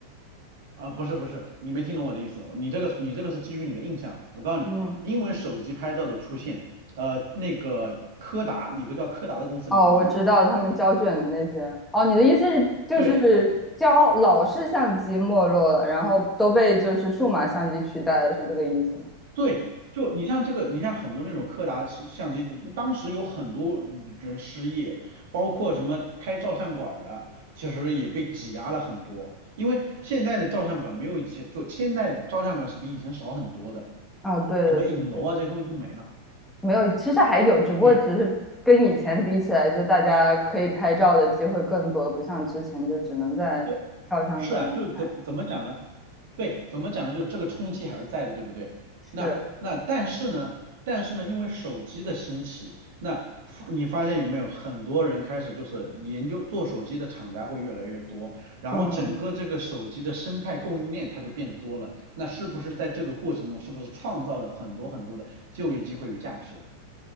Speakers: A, on the right; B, in the centre.
A: 啊，不是不是，你没听懂我的意思，你这个你这个是基于你的印象。我告诉你，
B: 嗯，
A: 因为手机拍照的出现，呃，那个柯达，你有个叫柯达的公司，
B: 哦，
A: 你听过吗？
B: 我知道他们胶卷的那些。哦，你的意思是就是胶老式相机没落了，
A: 对
B: 然后都被就是数码相机取代了，是这个意思吗？
A: 对，就你像这个，你像很多那种柯达相相机，就当时有很多人失业，包括什么开照相馆儿的，其实也被挤压了很多。因为现在的照相馆没有以前，就现在照相馆是比以前少很多的。
B: 哦，对的，
A: 什么影楼啊这些东西都没了。
B: 的确没有，其实还有，只不过只是跟以前比起来，
A: 对，
B: 就大家可以拍照的机会更多，不像之前就只能在照相馆里拍。
A: 对，是啊，就是怎怎么讲呢？对，怎么讲呢？就是这个冲击还是在的，对不对？
B: 是，
A: 那那但是呢，但是呢，因为手机的兴起，那发你发现有没有很多人开始就是研究做手机的厂家会越来越多，然后整个这个手机的生态供应链它就变多了。
B: 嗯。
A: 那是不是在这个过程中，是不是创造了很多很多的就业机会与价值？